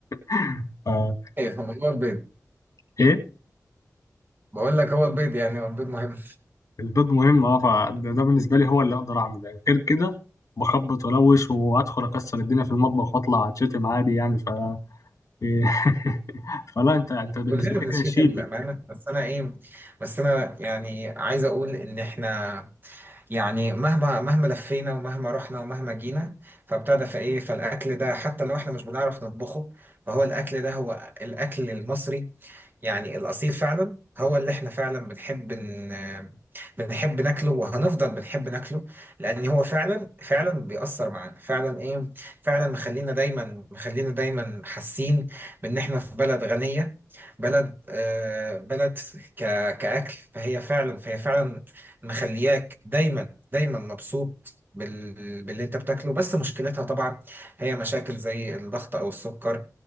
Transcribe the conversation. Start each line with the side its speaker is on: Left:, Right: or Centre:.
Left: <laughs> آه،
Right: إيه هو البيض
Left: ايه
Right: بقول لك هو البيض يعني هو البيض مهم
Left: الباب مهم اه فده ده بالنسبه لي هو اللي اقدر اعمله يعني غير كده بخبط ولوش وادخل اكسر الدنيا في المطبخ واطلع اتشتم عادي يعني ف <laughs> فلا انت انت بالنسبه
Right: كلنا بنشتم
Left: لي كده شيبي
Right: للأمانة بس أنا إيه بس أنا يعني عايز أقول إن إحنا يعني مهما مهما لفينا ومهما رحنا ومهما جينا فابتدى فايه فالاكل ده حتى لو احنا مش بنعرف نطبخه فهو الاكل ده هو الاكل المصري يعني الأصيل فعلا هو اللي احنا فعلا بنحب ن... بنحب ناكله وهنفضل بنحب ناكله لأن هو فعلا فعلا بيأثر معانا فعلا إيه فعلا مخلينا دايما مخلينا دايما حاسين بإن احنا في بلد غنية بلد آه بلد ك... كأكل فهي فعلا فهي فعلا مخلياك دايما دايما مبسوط بال... باللي انت بتاكله بس مشكلتها طبعا هي مشاكل زي الضغط او السكر